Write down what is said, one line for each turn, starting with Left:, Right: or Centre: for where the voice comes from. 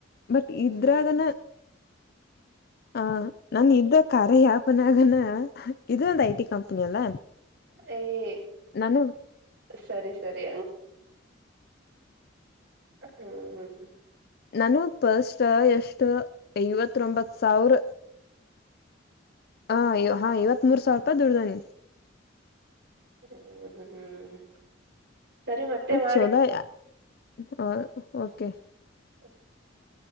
Left: ಬಟ್ ಇದ್ರಾಗನ
Right: ಹ್ಮ್
Left: ಹ ನನ್ ಇದ್ದ ಕಾರ್ಯ ಆಪ್ ನ್ಯಾಗನ ಇದು ಒಂದ ಐ ಟಿ ಕಂಪನಿ ಅಲ್ಲ
Right: ಏಯ
Left: ನಾನು
Right: ಸರಿ ಸರಿ ಹ್ಮ್.
Left: ನಾನು ಪಸ್ಟ್ ಎಷ್ಟು ಐವತ್ತತ್ರೊಬಂತ್ತ ಸಾವಿರ ಹಾಂ ಹಾಂ ಐವತ್ತ ಮೂರ ಸಾವಿರೂಪಾಯಿ ದುಡದೇನ
Right: ಹ್ಮ್ ಹ್ಮ್ ಸರಿ ಮತ್ತೆ ಮಾಡಿ.
Left: ಚಲೋಯ ಹಾ ಓಕೆ
Right: <inaudible>